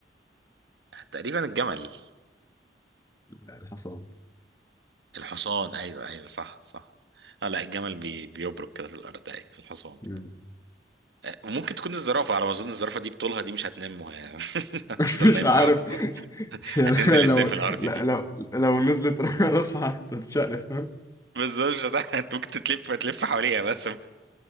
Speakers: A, on the right; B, on the left.
A: تقريبا الجمل
B: الحصان
A: الحصان ايوه ايوه صح صح اه لا الجمل بي... بيبرك كده في الارض ايوه الحصان
B: مم.
A: وممكن تكون الزرافة على ما أظن الزرافة دي بطولها دي مش هتنام وهي <laughs> هتفضل
B: <laughs> مش
A: نايمة
B: عارف
A: وهي واقفة برضه
B: يعني
A: هتنزل
B: <laughs> لو
A: إزاي في الأرض
B: لا-
A: دي
B: لو لو نزلت <laughs> راسها هتتشقلب فاهم
A: بس ده مش هت- انت <laughs> ممكن تتلف تلف حواليها بس